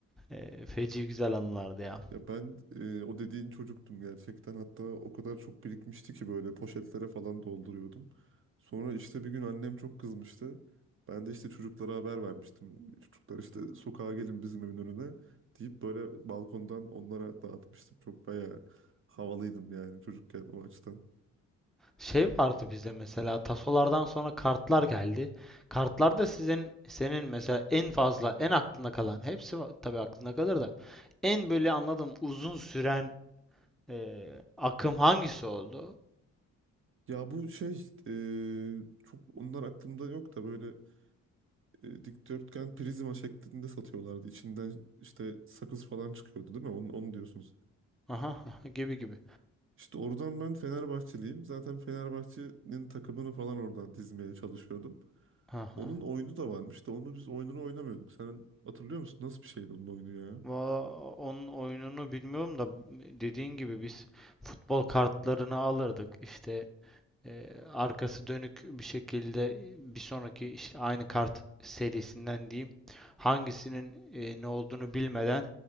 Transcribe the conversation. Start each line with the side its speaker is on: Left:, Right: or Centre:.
Centre: E, feci güzel anılardı ya.
Right: Ya ben e, o dediğin çocuktum gerçekten. Hatta o kadar çok birikmişti ki böyle poşetlere falan dolduruyordum. Sonra işte bir gün annem çok kızmıştı. Ben de işte çocuklara haber vermiştim. Çocuklar işte sokağa gelin bizim evin önüne deyip böyle balkondan onlara dağıtmıştım. Çok bayağı havalıydım yani çocukken o açıdan.
Centre: Şey vardı bizde mesela tasolardan sonra kartlar geldi. Kartlarda sizin senin mesela en fazla en aklında kalan hepsi tabii aklında kalır da en böyle anladım uzun süren Ee, akım hangisi oldu?
Right: Ya bu şey e, çok onlar aklımda yok da böyle e, dikdörtgen prizma şeklinde satıyorlardı. İçinden işte sakız falan çıkıyordu değil mi? Onu, onu diyorsunuz.
Centre: Aha, aha, gibi gibi.
Right: İşte oradan ben Fenerbahçeliyim. Zaten Fenerbahçe'nin takımını falan oradan dizmeye çalışıyordum.
Centre: Aha.
Right: Onun oyunu da varmış da onu biz oyununu oynamıyorduk. Sen hatırlıyor musun? Nasıl bir şeydi onun oyunu ya?
Centre: Valla onun oyununu bilmiyorum da dediğin gibi biz futbol kartlarını alırdık. İşte e, arkası dönük bir şekilde bir sonraki işte aynı kart serisinden diyeyim. Hangisinin e, ne olduğunu bilmeden